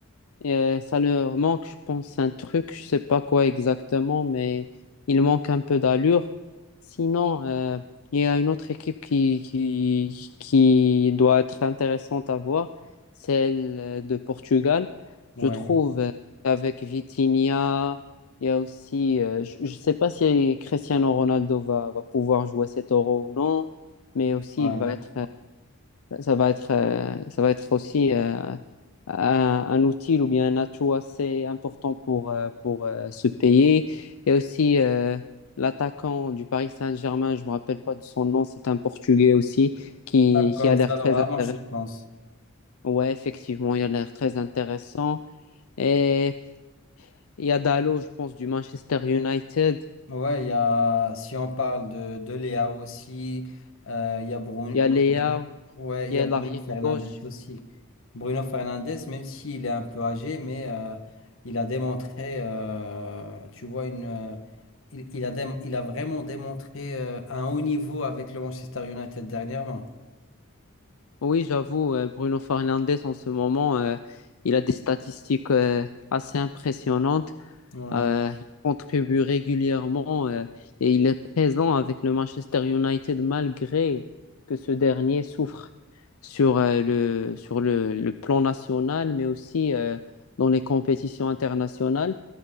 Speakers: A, on the left; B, on the left.
A: Et euh, ça leur manque, je pense, un truc, je sais pas quoi exactement, mais il manque un peu d'allure. Sinon, euh, il y a une autre équipe qui, qui, qui doit être intéressante à voir, celle euh, de Portugal. Je
B: Ouais,
A: trouve, euh, avec Vitinha, il y a aussi, euh, je ne sais pas si Cristiano Ronaldo va, va pouvoir jouer cet Euro ou non, mais aussi
B: ouais.
A: il va être ça va être, euh, ça va être aussi euh, un, un outil ou bien un atout assez important pour, euh, pour euh, ce pays. Et aussi euh, l'attaquant du Paris Saint-Germain, je ne me rappelle pas de son nom, c'est un Portugais aussi qui,
B: Ah, Gonzalo
A: qui a l'air très
B: Ramos,
A: intéressant.
B: je pense.
A: Ouais, effectivement, il a l'air très intéressant. Et il y a Dalo, je pense, du Manchester United.
B: Ouais, il y a, si on parle de, de Léa aussi, euh, il y a Bruno,
A: Il y a Leao,
B: Bruno- ouais,
A: il
B: il y
A: y a
B: a Bruno
A: l'arrière-gauche.
B: Fernandes aussi. Bruno Fernandes, même s'il est un peu âgé, mais euh, il a démontré, euh, tu vois, une, euh, il, il a dém- il a vraiment démontré euh, un haut niveau avec le Manchester United dernièrement.
A: Oui, j'avoue, euh, Bruno Fernandes en ce moment, euh, il a des statistiques euh, assez impressionnantes.
B: Ouais,
A: Euh, il contribue régulièrement euh, et il est présent avec le Manchester United malgré que ce dernier souffre sur, euh, le, sur le, le plan national, mais aussi euh, dans les compétitions internationales.